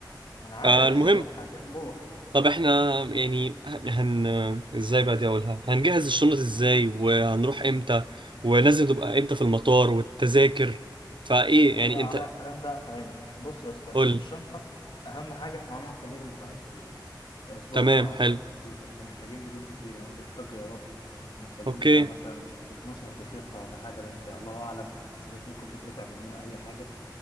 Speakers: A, on the left; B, on the right.
A: ما انا عارف
B: آه المهم
A: ما انا بقول لك عايزين نروح
B: طب احنا يعني هن ازاي بقى دي اقولها هنجهز الشنط ازاي وهنروح امتى ولازم تبقى امتى في المطار والتذاكر فايه
A: سيبني
B: يعني
A: انا بقى
B: انت
A: على الكلام ده افهمك بص يا اسطى انت
B: قول
A: في الشنطه اهم حاجه احنا هنقعد تقريبا بتاع اسبوع الاسبوع
B: تمام
A: ده اعتقد
B: حلو
A: كتير فاحنا محتاجين هدوم كتير يعني انت محتاج غيارات ومحتاجين
B: اوكي
A: بتاع مثلا 12 تيشيرت ولا حاجه لان انت الله اعلم التيشيرتات ممكن تتقطع مننا اي حاجه انت